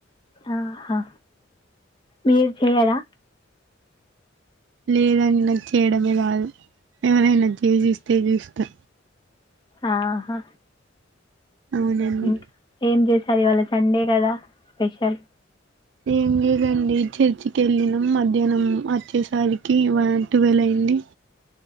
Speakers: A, on the left (about 25°); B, on the right (about 60°).
A: ఆహా మీరు చెయ్యారా
B: లేదన్నది చేయడమే రాదు ఎవరైనా చేసి ఇస్తే చూస్తా
A: ఆహా
B: అవునండి
A: ఇంకా ఏం చేసి సర ఇవాళ్ళ సండే కదా స్పెషల్
B: ఏం లేదండి చర్చికి వెళ్ళినాం మధ్యాహ్నం వచ్చేసరికి వంటి వెలై అండి